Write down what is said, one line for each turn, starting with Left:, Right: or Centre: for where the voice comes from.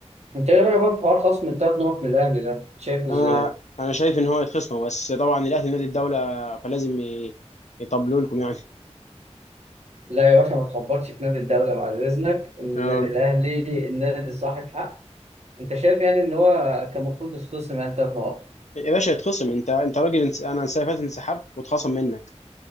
Right: انت ايه رايك بقى في حوار خصم التلات نقط من الاهلي ده شايفه ازاي؟
Left: انا انا شايف ان هو يتخصموا بس طبعا الاهلي نادي الدوله فلازم ي- يطبلوا لكم يعني
Right: لا يا باشا ما تخبطش في نادي الدوله بعد اذنك النادي
Left: اه
Right: الاهلي النادي صاحب حق انت شايف يعني ان هو كان المفروض يتخصم يعني تلات نقط
Left: يا باشا يتخصم انت انت راجل انس- انا السنه اللي فاتت انسحبت واتخصم منك